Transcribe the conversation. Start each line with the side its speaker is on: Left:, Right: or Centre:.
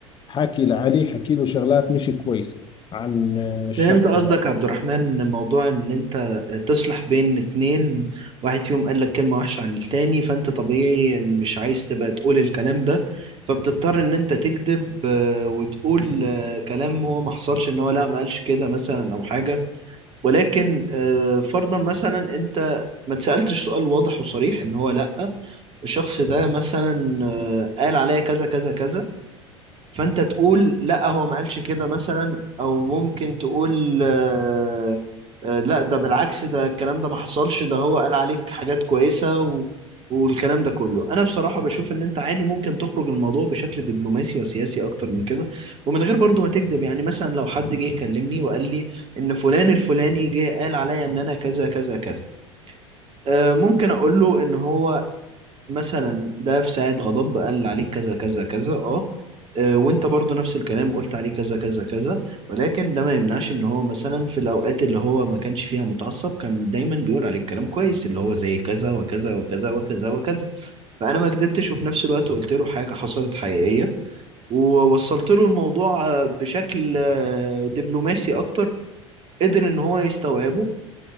Left: حكي لعلي حكي له شغلات مش كويسة عن آه، الشخص
Right: فهمت قصدك
Left: هذاك
Right: يا عبد الرحمن موضوع ان انت تصلح بين اتنين واحد فيهم قال لك كلمة وحشة عن التاني فانت طبيعي إن مش عايز تبقى تقول الكلام ده فبتضطر ان انت تكذب آه، وتقول آه، كلام هو ما حصلش ان هو لا ما قالش كده مثلا او حاجة ولكن آه، فرضا مثلا انت ما تسألتش سؤال واضح وصريح ان هو لا الشخص ده مثلا آه، قال عليا كذا كذا كذا فانت تقول لا هو ما قالش كده مثلا او ممكن تقول آه، آه، لا ده بالعكس ده الكلام ده ما حصلش ده هو قال عليك حاجات كويسة و... والكلام ده كله انا بصراحة بشوف ان انت عادي ممكن تخرج الموضوع بشكل دبلوماسي وسياسي اكتر من كده ومن غير برضو ما تكذب يعني مثلا لو حد جه كلمني وقال لي ان فلان الفلاني جه قال عليا ان انا كذا كذا كذا آه، ممكن اقول له ان هو مثلا ده في ساعة غضب قال عليك كذا كذا كذا اه آه، وانت برضو نفس الكلام قلت عليه كذا كذا كذا ولكن ده ما يمنعش ان هو مثلا في الاوقات اللي هو ما كانش فيها متعصب كان دايما بيقول عليك كلام كويس اللي هو زي كذا وكذا وكذا وكذا وكذا فانا ما كدبتش وفي نفس الوقت قلت له حاجة حصلت حقيقية ووصلت له الموضوع آه، بشكل آه، دبلوماسي اكتر قدر ان هو يستوعبه